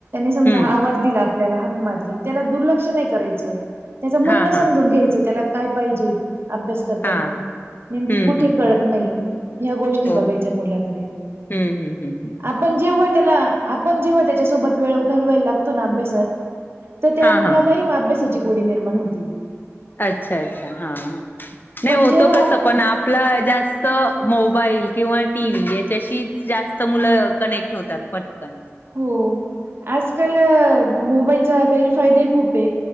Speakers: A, on the right; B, on the left.
A: समजा
B: हम्म
A: हा आवाज दिला आपल्याला हाक मारली त्याला दुर्लक्ष नाही करायचं. त्याच म्हणण
B: हा
A: समजून
B: हा
A: घ्यायचं त्याला काय पाहिजे अभ्यास करताना
B: हा
A: नेमकी
B: हम्म
A: कुठे
B: हम्म
A: कळत
B: हम्म
A: नाही ह्या गोष्टी
B: हो
A: बघायच्या मुलाकडे
B: हम्म हम्म हम्म हम्म
A: आपण जेव्हा त्याला आपण जेव्हा त्याच्यासोबत वेळ घालवायला लागतो ना अभ्यासात. तर त्या
B: हा
A: मुलालाही
B: हा
A: अभ्यासाची गुडी निर्माण होती.
B: अच्छा अच्छा हा नाही
A: पण
B: होतो
A: जेव्हा
B: का सपन आप आपला जास्त मोबाईल किंवा टी व्ही याच्याशी जास्त मुलं कनेक्ट होतात. पटकन
A: हो आजकाल मोबाईलचे गैरफायदे खूप आहे.